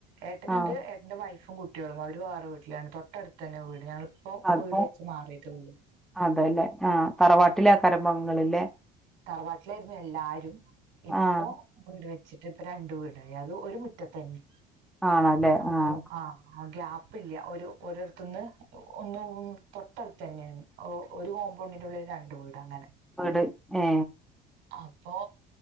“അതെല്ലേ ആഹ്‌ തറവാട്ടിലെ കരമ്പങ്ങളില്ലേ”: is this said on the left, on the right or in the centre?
Centre